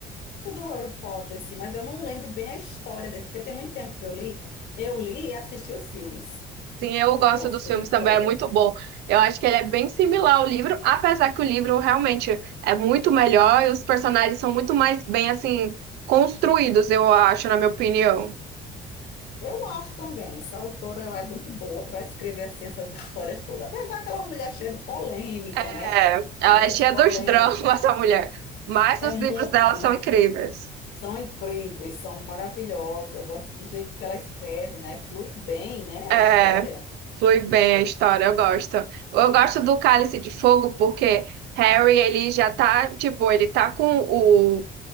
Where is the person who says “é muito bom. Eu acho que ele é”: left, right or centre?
Right